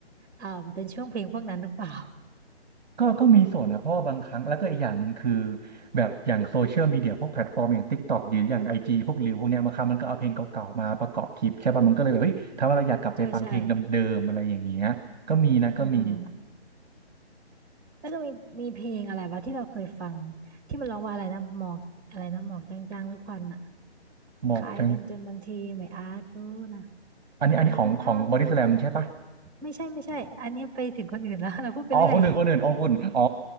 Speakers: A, on the right; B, on the right.
A: อ่าเป็นช่วงเพลงพวกนั้นหรือเปล่า
B: ก็ก็มีส่วนนะเพราะว่าบางครั้งแล้วก็อีกอย่างหนึ่งคือแบบอย่างโซเชียลมีเดียพวกแพลตฟอร์มอย่าง TikTok หรืออย่าง IG พวกรีวพวกเนี้ยบางครั้งมันก็เอาเพลงเก่าๆมาประกอบคลิปใช่ป่ะมันก็เลยแบบเฮ้ยทำให้เราอยากกลับไปฟังเพลงเดิมๆอะไรอย่างเงี้ยก็มีนะก็มี
A: ใช่ใช่อืมแล้วก็มีมีเพลงอะไรวะที่เราเคยฟังที่มันร้องว่าอะไรนะหมอกอะไรนะหมอกจางๆหรือควันอ่ะ
B: หมอกกัน
A: คล้ายกันจนบางทีไม่อาจรู้นะ
B: อันนี้อันนี้ของของบอดี้สแลมใช่ป่ะ
A: อยากจะถามดู ไม่ใช่ไม่ใช่ อันนี้ไปถึงคนอื่นแล้ว <laughs> เราพูดไปเรื่อย
B: อ๋อคนหนึ่งคนหนึ่งอ๋อคุณอ๋อ